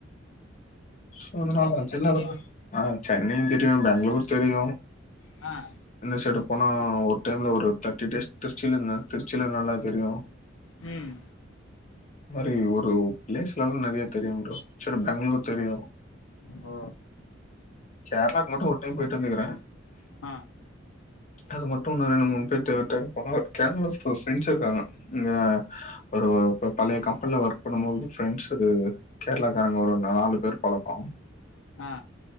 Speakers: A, on the left; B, on the left.
A: சோ அதனால
B: சென்னை
A: அந்த சைடுல்லா
B: தெரியு
A: வருவே ஆ சென்னையு தெரியு பேங்களூர் தெரியு
B: ஆ
A: இந்த சைடு போனா ஒரு டைம்ல ஒரு தேர்ட்டி டேஸ் திருச்சில இருந்தே திருச்சில நல்லா தெரியு
B: ம்
A: இந்த மாரி ஒரு பிளேஸ்லல்லா நெறையா தெரியு ப்ரோ இந்த சைடு பேங்களூர் தெரியு
B: ஓ
A: கேரளாக்கு மட்டு ஒரு டைம் போயிட்டு வந்துக்குறே
B: ஆ
A: அது மட்டு இன்னு ரெண்டு மூணு பேர் தேர்ட் டைம் போனா கேரளா ஃபோர்ஸ் ஃப்ரெண்ட்ஸ் இருக்காங்க இங்க ஒரு ஒரு பழைய கம்பென்ல ஒர்க் பண்ணும் போது உள்ள ஃப்ரெண்ட்ஸ் ஒரு கேரளாக்காரங்க ஒரு நாலு பேர் பழக்கோ
B: ஆ